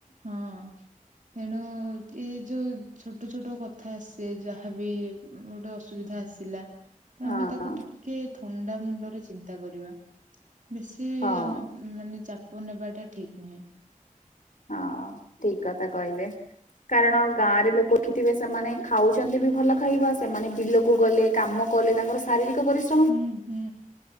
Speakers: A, on the right; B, on the left.
A: ହଁ ତେଣୁ ଏ ଯୋଉ ଛୋଟ- ଛୋଟ କଥା ଆସେ ଯାହାବି ଗୋଟେ ଅସୁବିଧା ଆସିଲା।
B: ହଁ
A: ଆମେ ତାକୁ ଟିକେ ଥଣ୍ଡା ମୁଣ୍ଡରେ ଚିନ୍ତା କରିବା। ବେଶୀ
B: ହଁ
A: ଆମେ ମାନେ ଚାପ ନେବାଟା ଠିକି ନୁହେଁ।
B: ହଁ ଠିକ୍ କଥା କହିଲେ। କାରଣ ଗାଁ ରେ ଲୋକଖିଥିବେ ସେମାନେ ଖାଉଛନ୍ତି ବି ଭଲ ଖାଇବା ସେମାନେ ବିଲକୁ ଗଲେ କାମ କଲେ ତାଙ୍କର ଶାରୀରିକ ପରିଶ୍ର
A: ହୁଁ ହୁଁ।